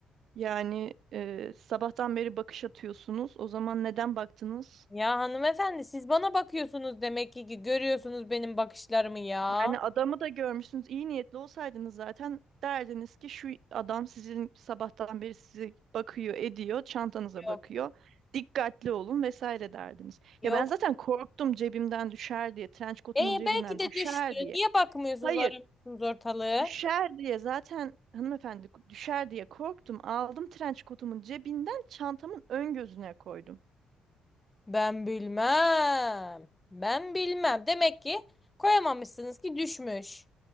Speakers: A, on the right (about 65°); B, on the left (about 15°).
A: Yani e, sabahtan beri bakış atıyorsunuz. O zaman neden baktınız?
B: Ya hanımefendi siz bana bakıyorsunuz demek ki ki görüyorsunuz benim bakışlarımı ya.
A: Yani adamı da görmüşsünüz. İyi niyetli olsaydınız zaten derdiniz ki şu adam sizin sabahtan beri sizi bakıyor, ediyor, çantanıza
B: Yok
A: bakıyor. Dikkatli olun vesaire derdiniz.
B: yok.
A: Ya ben zaten korktum cebimden düşer diye, trenç kotumun
B: E
A: cebinden
B: belki de
A: düşer
B: düştü.
A: diye.
B: Niye bakmıyorsunuz
A: Hayır,
B: aramıyorsunuz ortalığı?
A: düşer diye zaten hanımefendi düşer diye korktum. Aldım trenç kotumun cebinden çantamın ön gözüne koydum.
B: Ben bilmem. Ben bilmem. Demek ki koyamamışsınız ki düşmüş.